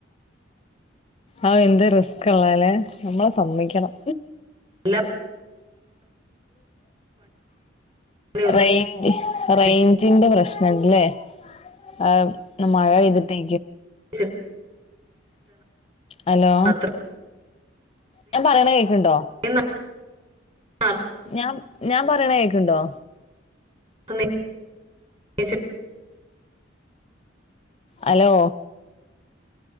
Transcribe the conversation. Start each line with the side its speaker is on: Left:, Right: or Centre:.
Left: അഅ് എന്ത് റിസ്ക് ഉള്ളഅല്ലെ നമ്മളെ സമ്മയ്ക്കണം
Right: ല്ലോ പണിയും
Left: റെയ്ഞ്ച്
Right: ഒതുക്കി
Left: റയ്ഞ്ചിന്റെ പ്രശ്നണ്ട് ല്ലേ ഇന്ന് മഴ പെയ്തിട്ടേ
Right: വെച്ചിട്ടാണ്
Left: ഹലോ
Right: അത്രയും
Left: ഞാൻ പറയണ കേക്കിണ്ടോ
Right: എന്ന ആഹ്
Left: ഞാൻ ഞാൻ പറയണ കേക്കുണ്ടോ
Right: <unintelligible>
Left: ഹലോ